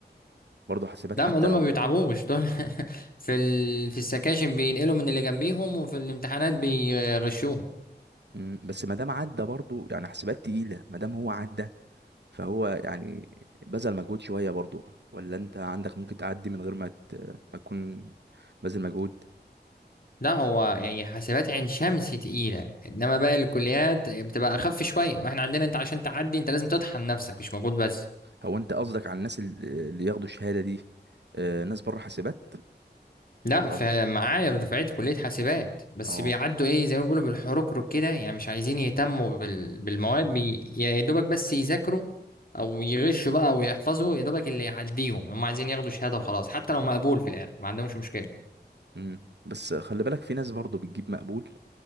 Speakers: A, on the right; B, on the left.
A: وبرضه حاسبات
B: ده
A: حتى
B: ما دول
A: لو
B: ما بيتعبوش دول <laughs> في ال... في السكاشن بينقلوا من اللي جنبيهم وفي الامتحانات بيغشوهم
A: مم. بس ما دام عدى برضه يعني حاسبات تقيلة ما دام هو عدى فهو يعني بذل مجهود شوية برضه ولا انت عندك ممكن تعدي من غير ما ت... ما تكون بذل مجهود
B: لا هو يعني حاسبات عين شمس تقيلة انما باقي الكليات بتبقى اخف شوية واحنا عندنا انت عشان تعدي انت لازم تطحن نفسك مش مجهود بس
A: هو انت قصدك على الناس ال- اللي ياخدوا الشهادة دي آه، ناس بره حاسبات
B: لا
A: ولا
B: في
A: قصدك
B: معايا في دفعتي كلية حاسبات بس
A: اه
B: بيعدوا ايه زي ما بيقولوا بالحركرك كده يعني مش عايزين يهتموا بال... بالمواد بي... يا دوبك بس يذاكروا او يغشوا بقى او يحفظوا يا دوبك اللي يعديهم هم عايزين ياخدوا شهادة وخلاص حتى لو مقبول في الاخر ما عندهمش مشكلة
A: امم بس خلي بالك في ناس برضه بتجيب مقبول